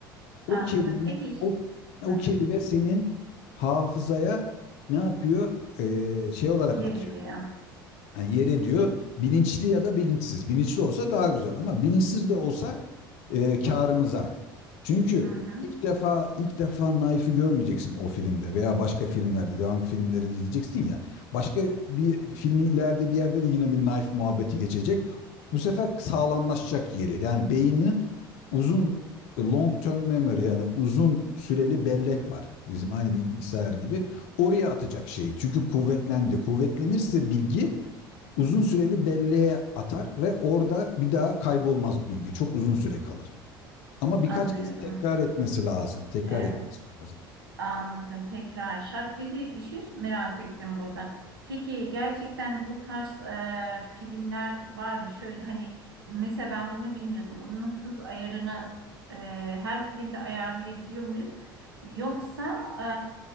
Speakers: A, on the left; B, on the right.
A: O
B: anladım.
A: kelime
B: Peki.
A: o, o
B: Hı hı.
A: kelime senin hafızaya ne yapıyor? E, şey olarak
B: Yeri
A: atıyor
B: diyor.
A: yani yere diyor bilinçli ya da bilinçsiz. Bilinçli olsa daha güzel ama bilinçsiz de olsa e, karımıza. Çünkü
B: Hı hı.
A: ilk defa ilk defa Naif'i görmeyeceksin o filmde veya başka filmlerde devam filmleri de izleyeceksin ya. Başka bir filmin ileride bir yerde de yine bir Naif muhabbeti geçecek. Bu sefer sağlamlaşacak yeri. Yani beynin uzun long term memory yani uzun süreli bellek var. Bizim aynı bilgisayar gibi. Oraya atacak şeyi. Çünkü kuvvetlendi. Kuvvetlenirse bilgi uzun süreli belleğe atar ve orada bir daha kaybolmaz bilgi. Çok uzun süre kalır. Ama birkaç
B: Anlıyorum.
A: kez tekrar etmesi lazım. Tekrar
B: Evet.
A: etmesi lazım.
B: Anladım. Tekrar şart. Bir de bir şey merak ettim burada. Peki gerçekten bu tarz e, filmler var mı? Şöyle hani mesela ben bunu bilmiyordum. Onun hız ayarını e, her filmde ayarlayabiliyor muyuz? Yoksa e,